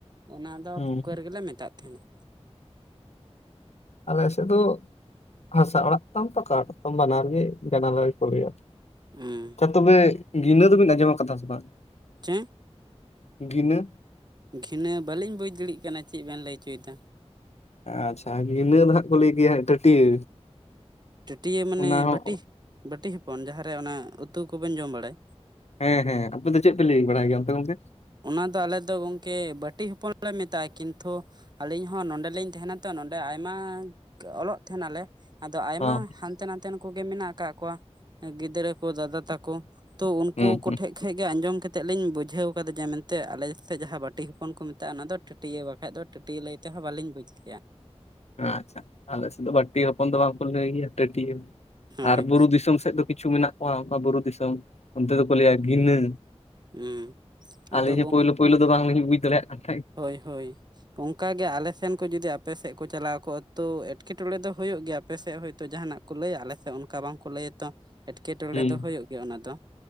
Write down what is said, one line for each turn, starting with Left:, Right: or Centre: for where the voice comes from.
Right: ᱚᱱᱟ ᱫᱚ
Left: ᱦᱩᱸ
Right: ᱯᱷᱩᱠᱟᱹᱨ ᱜᱮᱞᱮ ᱢᱮᱛᱟᱜ ᱛᱟᱦᱮᱱᱟ ᱾
Left: ᱟᱞᱮ ᱥᱮᱫ ᱫᱚ ᱦᱟᱥᱟ ᱚᱲᱟᱜ ᱛᱟᱢ ᱯᱟᱠᱟ ᱚᱲᱟᱜ ᱛᱟᱢ ᱵᱟᱱᱟᱨ ᱜᱮ ᱡᱟᱱᱟᱞᱟ ᱜᱮᱠᱚ ᱞᱮᱭᱟ
Right: ᱦᱸ
Left: ᱛᱚᱵᱮ ᱜᱤᱱᱟᱹ ᱫᱚᱵᱤᱱ ᱟᱸᱡᱚᱢ ᱟᱠᱟᱫᱟ ᱥᱮ ᱵᱟᱝ
Right: ᱪᱮᱸ
Left: ᱜᱤᱱᱟᱹ
Right: ᱜᱷᱤᱱᱟᱹ ᱵᱟᱹᱞᱤᱧ ᱵᱩᱡᱽ ᱫᱟᱲᱮᱭᱟᱜ ᱠᱟᱱᱟ ᱪᱮᱫ ᱵᱮᱱ ᱞᱟᱹᱭ ᱚᱪᱚᱭᱮᱫᱟ
Left: ᱟᱪᱪᱷᱟ ᱤᱱᱟᱹ ᱫᱚ ᱦᱟᱸᱜ ᱠᱚ ᱞᱟᱹᱭ ᱜᱮᱭᱟ ᱦᱟᱜ ᱴᱟᱹᱴᱭᱟᱹ
Right: ᱪᱟᱹᱴᱤᱭᱟᱹ ᱢᱟᱱᱮ
Left: ᱚᱱᱟ ᱦᱚᱸ
Right: ᱵᱟᱴᱤ ᱵᱟᱹᱴᱤ ᱦᱚᱯᱚᱱ ᱡᱟᱦᱟᱸᱨᱮ ᱚᱱᱟ ᱩᱛᱩ ᱠᱚᱵᱮᱱ ᱡᱚᱢ ᱵᱟᱲᱟᱭ
Left: ᱦᱮᱸ ᱦᱮᱸ ᱟᱯᱮ ᱫᱚ ᱪᱮᱫ ᱯᱮ ᱞᱟᱹᱭ ᱵᱟᱲᱟᱭ ᱜᱮᱭᱟ ᱚᱱᱛᱮ ᱜᱚᱝᱠᱮ
Right: ᱚᱱᱟ ᱫᱚ ᱟᱞᱮ ᱫᱚ ᱜᱚᱝᱠᱮ ᱵᱟᱹᱴᱤ ᱦᱚᱯᱚᱱ ᱞᱮ ᱢᱮᱛᱟᱜᱼᱟ ᱠᱤᱱᱛᱩ ᱟᱞᱤᱧ ᱦᱚ ᱱᱚᱰᱮᱞᱤᱧ ᱛᱟᱦᱮᱱᱟᱛᱚ ᱱᱚᱰᱮ ᱟᱭᱢᱟ ᱚᱞᱚᱜ ᱛᱟᱦᱮᱱᱟᱞᱮ ᱟᱫᱚ ᱟᱭᱢᱟ
Left: ᱦᱚᱸ
Right: ᱦᱟᱱᱛᱮ ᱱᱟᱛᱮᱱ ᱠᱚᱜᱮ ᱢᱮᱱᱟᱜ ᱠᱟᱜ ᱠᱚᱣᱟ ᱜᱤᱫᱽᱨᱟᱹ ᱠᱚ ᱫᱟᱫᱟ ᱛᱟᱠᱚ ᱛᱚ ᱩᱱᱠᱩ
Left: ᱦᱩᱸ ᱦᱩᱸ
Right: ᱠᱚᱴᱷᱮᱱ ᱠᱷᱚᱡ ᱜᱮ ᱟᱸᱡᱚᱢ ᱠᱟᱛᱮᱜ ᱞᱤᱧ ᱵᱩᱡᱷᱟᱹᱣ ᱚᱱᱠᱟ ᱡᱮ ᱢᱮᱱᱛᱮ ᱟᱞᱮᱮᱫ ᱡᱟᱦᱟᱸ ᱵᱟᱴᱤ ᱦᱚᱯᱚᱱ ᱠᱚ ᱢᱮᱛᱟᱜᱼᱟ ᱚᱱᱟᱫᱚ ᱴᱟᱹᱴᱭᱟᱹ ᱵᱟᱠᱷᱟᱡ ᱫᱚ ᱴᱟᱹᱴᱭᱟᱹ ᱞᱟᱹᱭ ᱛᱮᱦᱚᱸ ᱵᱟᱞᱤᱧ ᱵᱩᱡᱽ ᱠᱮᱭᱟ
Left: ᱟᱪᱪᱷᱟ ᱟᱞᱮᱥᱮᱫ ᱫᱚ ᱵᱟᱹᱴᱤ ᱦᱚᱯᱚᱱ ᱫᱚ ᱵᱟᱝᱠᱚ ᱞᱟᱹᱭ ᱜᱮᱭᱟ ᱴᱟᱹᱴᱭᱟᱹ
Right: ᱦᱳᱭ
Left: ᱟᱨ ᱵᱩᱨᱩ ᱫᱤᱥᱚᱢ ᱥᱮᱫ ᱫᱚ ᱠᱤᱪᱷᱩ ᱢᱮᱱᱟᱜ ᱠᱚᱣᱟ ᱵᱩᱨᱩ ᱫᱤᱥᱚᱢ, ᱚᱱᱛᱮ ᱫᱚᱠᱚ ᱞᱟᱹᱭᱟ ᱜᱤᱱᱟᱹ᱾
Right: ᱦᱩᱸ ᱟᱫᱚ
Left: ᱟᱹᱞᱤᱧ ᱦᱚᱸ ᱯᱳᱭᱞᱳ ᱯᱳᱭᱞᱳ ᱫᱚ ᱵᱟᱝᱞᱤᱧ ᱵᱩᱡᱽ ᱫᱟᱲᱮᱭᱟᱜ ᱠᱟᱱᱟ᱾
Right: ᱮ ᱦᱳᱭ ᱚᱝᱠᱟᱜᱮ ᱟᱞᱮᱥᱮᱱ ᱠᱚ ᱡᱩᱫᱤ ᱟᱯᱮᱥᱮᱫ ᱠᱚ ᱪᱟᱞᱟᱣ ᱠᱚᱜ-ᱟ ᱛᱚ ᱮᱴᱠᱮᱴᱚᱬᱮ ᱫᱚ ᱦᱳᱭᱳᱜ ᱜᱮᱭᱟ ᱟᱯᱮᱥᱮᱫ ᱦᱚᱭᱛᱚ ᱡᱟᱦᱟᱱᱟᱜ ᱞᱟᱹᱭᱟ ᱟᱞᱮ ᱥᱮᱜ ᱚᱱᱠᱟ ᱵᱟᱝᱠᱚ ᱞᱟᱹᱭᱟ ᱛᱚ? ᱮᱴᱠᱮᱴᱚᱬᱮ
Left: ᱦᱩᱸ
Right: ᱫᱚ ᱦᱳᱭᱳᱜ ᱜᱮᱭᱟ ᱚᱱᱟ ᱫᱚ,